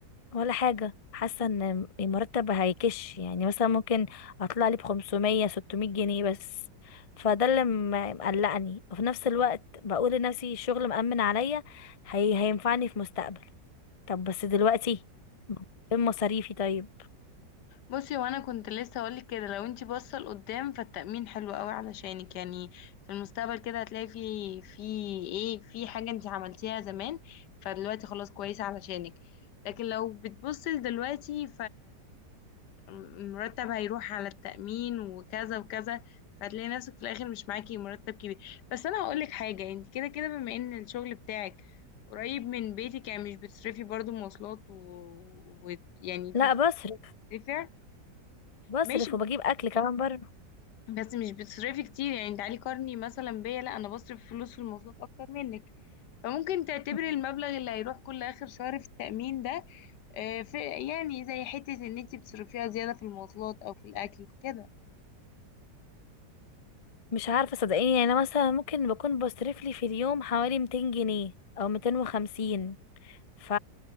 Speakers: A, on the left (about 55°); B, on the left (about 75°).
A: ولا حاجه حاسه ان المرتب هيكش يعني مثلا ممكن اطلع لي ب 500 600 جنيه بس فده اللي م- مقلقني وفي نفس الوقت بقول لنفسي الشغل مأمن عليا هي هينفعني في مستقبل طب بس دلوقتي فين مصاريفي طيب
B: بصي وانا كنت لسه هقولك كده لو انتي باصه لقدام فالتأمين حلو قوي علشانك يعني في المستقبل كده هتلاقي في في ايه في حاجه انتي عملتيها زمان فدلوقتي خلاص كويسه علشانك لكن لو بتبصي لدلوقتي فالمرتب هيروح على التأمين وكذا وكذا فهتلاقي نفسك في الاخر مش معاكي مرتب كبير بس انا هقولك حاجه انت كده كده بما ان الشغل بتاعك قريب من بيتك يعني مش بتصرفي برضو مواصلات و... و... يعني
A: لا
B: في فلوس
A: بصرف
B: بتدفع
A: بصرف
B: ماشي
A: وبجيب اكل كمان بره
B: بس مش بتصرفي كتير يعني تعالي قارني مثلا بيا لا انا بصرف فلوس في المواصلات اكتر منك فممكن تعتبري
A: مم.
B: المبلغ اللي هيروح كل اخر شهر في التأمين ده آه، في يعني زي حتة ان انت بتصرفيها زيادة في المواصلات او في الاكل كده
A: مش عارفه صدقيني يعني انا مثلا ممكن بكون بصرف لي في اليوم حوالي 200 جنيه او 250 ف